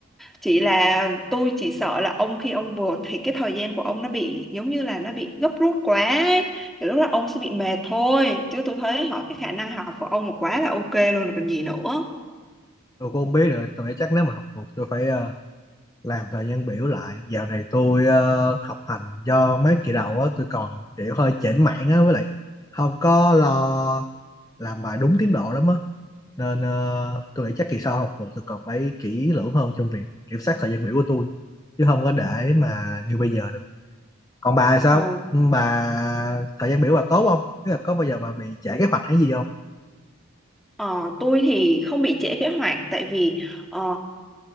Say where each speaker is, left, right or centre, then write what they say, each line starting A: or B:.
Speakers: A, in the centre; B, on the left (about 15°).
A: chỉ là tôi chỉ sợ là ông khi ông vượt thì cái thời gian của ông nó bị giống như là nó bị gấp rút quá ấy. thì lúc đó ông sẽ bị mệt thôi chứ tôi thấy họ cái khả năng học của ông là quá là ok luôn rồi còn gì nữa
B: tôi cũng không biết nữa tôi nghĩ chắc nếu mà học được tôi phải ờ, làm thời gian biểu lại dạo này tôi ờ, học hành do mấy kỳ đầu á tôi còn kiểu hơi chểnh mảng á với lại không có lo làm bài đúng tiến độ lắm á nên ờ, tôi nghĩ chắc kỳ sau học một tôi còn phải kỹ lưỡng hơn trong việc kiểm soát thời gian biểu của tôi chứ không có để mà như bây giờ được còn bà sao
A: Ờ,
B: Ừ, bà thời gian biểu bà tốt không Tức là có bao giờ bà bị trễ kế hoạch hay gì không
A: ờ, tôi thì không bị trễ kế hoạch tại vì ờ,